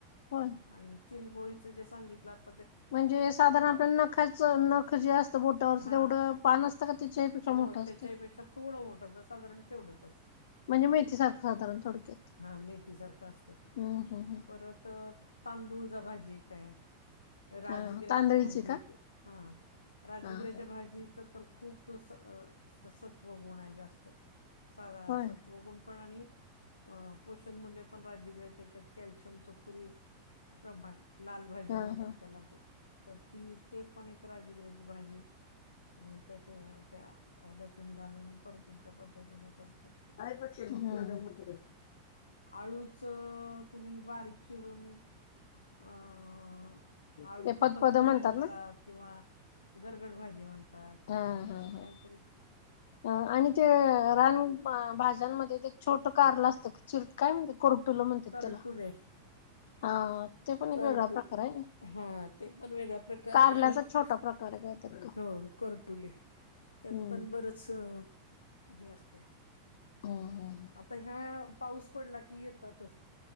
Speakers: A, on the left; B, on the left.
A: होय
B: आणि चिलगोळीच जे सांगितलं अ -
A: म्हणजे साधारण आपल्या नखाचं नख जे असतं बोटावरच
B: हा
A: तेवढं पान असतं का त्याच्यापेक्षा
B: हो
A: मोठं असतय
B: त्याच्याहीपेक्षा थोडं मोठं पण साधारण तेवढंच असतं
A: म्हणजे मेथी सारखं साधारण थोडक्यात
B: हा मेथीसारखं असतं ते
A: हम्म हम्म
B: परत तांदूळजा भाजी एक आय
A: हम्म
B: राजगिऱ्याची
A: हा तांदळीची
B: भाजी
A: का
B: एक हा राजगिऱ्याच्या
A: हा हा
B: भाजी च तर खूप स ससत्व गुणाय जास्त साध
A: होय
B: सत्वगुण पण आणि अ पोषण मूल्य पण राजिगऱ्याच्या ह्याच्यात कॅल्शियमचं फुल प्रमाण लाल भाजी
A: हा
B: म्हणतात
A: हा हा हा.
B: त्याला ते तर ती ते पण एक राजगिऱ्याची भाजी मी तस त्या लसूण घालून परतून त्या पद्धतीन <unintelligible>
A: <unintelligible>
B: आळूच तुम्ही बारीक चिरून अ अं आळूचं
A: ते फतपद
B: पतपद म्हणतात
A: ना
B: किंवा गरगड भाजी म्हणतात
A: हा
B: असं
A: हा हा
B: काहीतरी
A: अ आणि ते रान भाज्यांमध्ये ते एक छोटं कारल असतं चिर काय म्हणते कोरटुला म्हणतात
B: करटुले
A: त्याला हा ते पण
B: करटू
A: एक वेगळा प्रकार आहे ना
B: हा ते पण वेगळा प्रकार
A: कारल्याचाच
B: आहे आणि एक
A: छोटा प्रकार आहे कायतर तो
B: हो हो करटुले
A: हम्म
B: त्यात पण बरच हे असतंय
A: हम हम
B: आता ह्या पाऊस पडला की येतातच